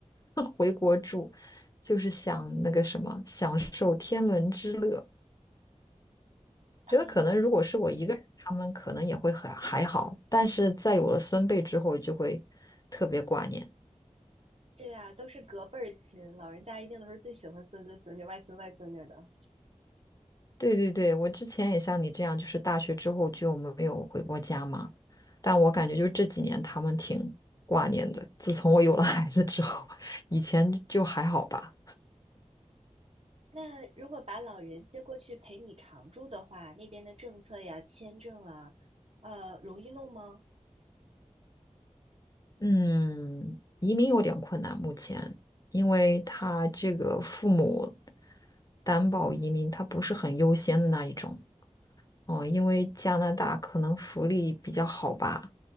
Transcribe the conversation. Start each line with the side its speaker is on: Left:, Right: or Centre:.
Left: <laughs> 回国住，就是想那个什么，享受天伦之乐。
Right: 嗯，
Left: 觉得可能如果是我一个人，他们可能也会很还好，但是在有了孙辈之后，就会特别挂念。
Right: 对呀，都是隔辈儿亲，老人家一定都是最喜欢孙子孙女、外孙外孙女的。
Left: 对对对，我之前也像你这样，就是大学之后就没有回过家嘛，但我感觉就是这几年他们挺挂念的。自从我有了孩子之后，以前就还好吧。
Right: 那如果把老人接过去陪你常住的话，那边的政策呀、签证啊，呃，容易弄吗？
Left: 嗯，移民有点困难，目前，因为他这个父母担保移民，他不是很优先的那一种。哦，因为加拿大可能福利比较好吧，